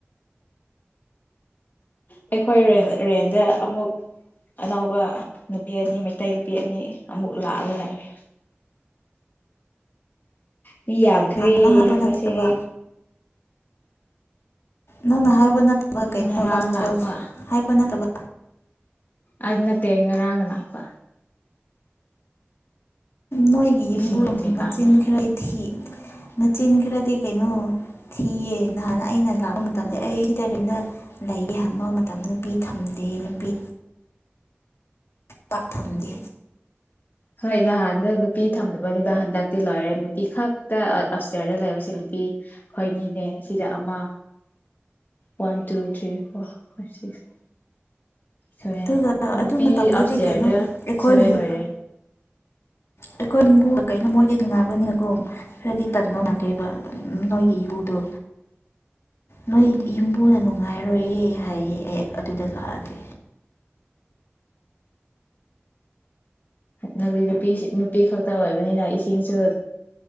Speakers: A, on the left (about 50°); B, on the left (about 75°).
A: ꯑꯩꯈꯣꯏ ꯔꯦꯟꯗ-ꯔꯦꯟꯗ ꯑꯃꯨꯛ ꯑꯅꯧꯕ ꯅꯨꯄꯤ ꯑꯅꯤ ꯃꯩꯇꯩ ꯅꯨꯄꯤ ꯑꯅꯤ ꯑꯃꯨꯛ ꯂꯥꯛꯑꯒ ꯂꯩꯔꯦ ꯃꯤ ꯌꯥꯝꯈ꯭ꯔꯦ
B: ꯅꯍꯥꯟ
A: ꯑꯩꯈꯣꯏꯁꯦ
B: ꯅꯪ ꯍꯥꯏꯕ ꯅꯠꯇꯕ ꯅꯪꯅ ꯍꯥꯏꯕ ꯅꯠ ꯀꯩ
A: ꯉꯔꯥꯡ
B: ꯔꯥꯁ꯭ꯔ
A: ꯂꯥꯛꯄ
B: ꯍꯥꯏ ꯄ ꯅ ꯇ <unintelligible>
A: ꯑꯗꯨ ꯅꯠꯇꯦ ꯉꯔꯥꯡ ꯂꯥꯛꯄ
B: ꯅꯣꯏꯒꯤ ꯌꯨꯝꯕꯨ
A: ꯏꯁꯤꯡ ꯂꯩꯇ꯭ꯔꯤꯀꯥꯟꯗ
B: ꯃꯆꯤꯟ ꯈꯔ ꯊꯤ ꯃꯆꯤꯟ ꯈꯔꯗꯤ ꯀꯩꯅꯣ ꯊꯤꯌꯦ ꯅꯍꯥꯟꯅ ꯑꯩꯅ ꯂꯥꯛꯄ ꯃꯇꯝꯂꯦ ꯑꯩꯗꯔꯤꯅꯦ ꯂꯩꯒꯤ ꯍꯥꯡꯕ ꯃꯇꯝ ꯅꯨꯄꯤ ꯊꯝꯗꯦ ꯅꯨꯄꯤ ꯄꯥ ꯊꯝꯗꯤ
A: ꯍꯣꯏ ꯅꯍꯥꯟꯗ ꯅꯨꯄꯤ ꯊꯝꯗꯕꯅꯤꯗ ꯍꯟꯗꯛꯇꯤ ꯂꯣꯏꯔꯦ ꯅꯨꯄꯤ ꯈꯛ ꯑꯞ꯭ꯁꯇꯤꯌ꯭ꯔꯗ ꯂꯩꯕꯁꯦ ꯅꯨꯄꯤ ꯈꯣꯏꯅꯤꯅꯦ ꯁꯤꯗ ꯑꯃ one two three four five six ꯁꯣꯏꯔꯦꯟ
B: ꯑꯗꯨꯒ
A: ꯅꯨꯄꯤ
B: ꯑꯗꯨ ꯃꯇꯝꯗꯗꯤ
A: ꯑꯞ꯭ꯁꯇꯤꯌꯥ꯭ꯔꯗ
B: ꯀꯩꯅꯣ ꯑꯩꯈꯣꯏ
A: ꯁꯚꯦꯟ ꯑꯣꯏꯔꯦ
B: ꯑꯩꯈꯣꯏ ꯏꯕꯨ ꯀꯩꯅꯣ ꯃꯣꯏꯗꯤ ꯇꯟꯅꯅꯕꯅꯤꯅꯒꯨꯝ ꯈꯔꯗꯤ ꯇꯟꯗꯧ ꯃꯥꯟꯦ <unintelligible> ꯑꯦꯕ ꯅꯣꯏꯒꯤ ꯌꯨ ꯇꯣ ꯅꯣꯏ ꯌꯨꯝꯕꯨꯅ ꯅꯨꯡꯉꯥꯏ ꯍꯥꯏꯔꯣꯏꯌꯦ ꯍꯥꯏꯌꯦ ꯑꯦ ꯑꯗꯨꯗ ꯂꯥꯛꯑꯗꯤ
A: ꯅꯪꯗꯤ ꯅꯨꯄꯤꯁꯤ-ꯅꯨꯄꯤ ꯈꯛꯇ ꯑꯣꯏꯕꯅꯤꯅ ꯏꯁꯤꯡꯁꯨ